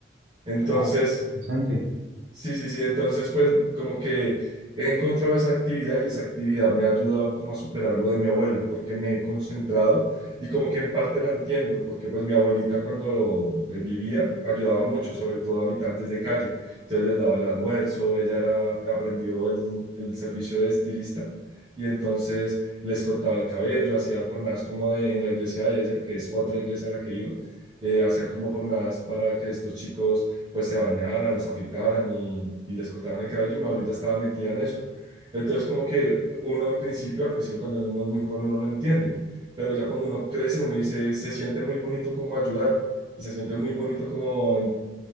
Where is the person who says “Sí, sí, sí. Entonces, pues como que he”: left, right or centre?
Right